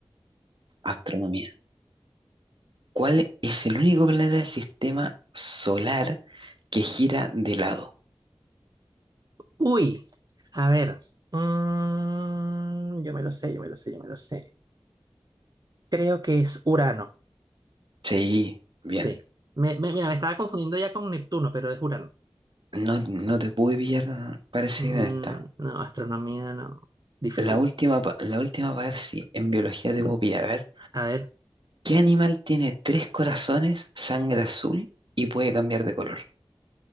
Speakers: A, on the right (about 65°); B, on the right (about 45°).
A: Astronomía. ¿Cuál es el único planeta del sistema solar que gira de lado?
B: Uy, a ver. Mm, yo me lo sé, yo me lo sé, yo me lo sé. Creo que es Urano.
A: Sí, bien.
B: Sí. Me- me- mira, me estaba confundiendo ya con Neptuno, pero es Urano.
A: No, no te pude pillar, parece,
B: Mm,
A: en esta.
B: no, astronomía no. Difícil.
A: La última, pa- la última para ver si en biología debo pillar. A ver,
B: A ver.
A: ¿qué animal tiene tres corazones, sangre azul y puede cambiar de color?